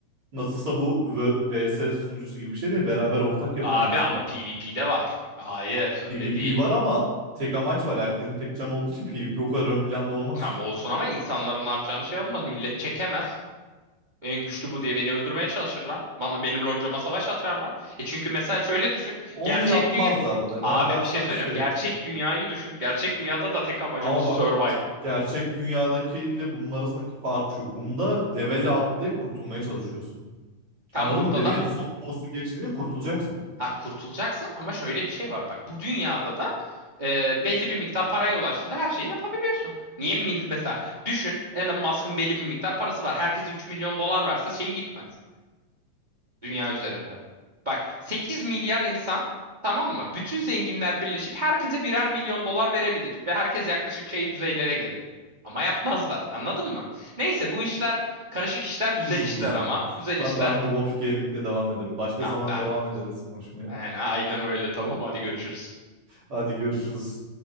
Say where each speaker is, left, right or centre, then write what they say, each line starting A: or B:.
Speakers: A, on the right; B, on the right.
A: Nasılsa bu V- VS sunucusu gibi bir şey değil. Beraber ortak yapılan
B: Abi
A: bir şey.
B: ama PvP'de var. Hayır öyle
A: PvP
B: değil.
A: var ama tek amaç var. Herkesin tek canı olduğu için PvP o kadar ön planda olmaz.
B: Tam olsun ama insanların ne yapacağını şey olmaz. Millet çekemez. En güçlü bu diye beni öldürmeye çalışırlar. Bana benim loncama savaş atarlar. E çünkü mesela şöyle düşün.
A: Onu
B: Gerçek
A: yapmazlar.
B: dünya...
A: Neden
B: Abi
A: dersen
B: bir şey söyleyeceğim.
A: şey.
B: Gerçek dünyayı düşün. Gerçek dünyada da tek amacımız
A: Ama
B: survive.
A: bak gerçek dünyadakiyle bunun arasındaki fark şu. Bunda leveli atlayıp kurtulmaya çalışıyorsun.
B: Tam
A: Anladın
B: burada
A: mı? Dedin
B: da
A: ya son boss'u geçince kurtulacaksın.
B: tam kurtulacaksın ama şöyle bir şey var. Bak bu dünyada da e, belli bir miktar paraya ulaştığında her şeyi yapabiliyorsun. Niye mi- mesela düşün Elon Musk'ın belli bir miktar parası var. Herkese 3 milyon dolar verse şeyi gitmez. Dünya üzerinde. Bak 8 milyar insan tamam mı? Bütün zenginler birleşip herkese birer milyon dolar verebilir. Ve herkes yaklaşık şey düzeylere gelir. Ama yapmazlar anladın mı? Neyse bu işler karışık işler güzel
A: Uzun
B: işler
A: uzun.
B: ama güzel
A: Ben,
B: işler.
A: ben Dwarf Gaming'de devam ederim. Başka
B: Ya
A: zaman
B: ben
A: devam ederiz konuşmaya.
B: yani aynen öyle tamam hadi görüşürüz.
A: Hadi görüşürüz.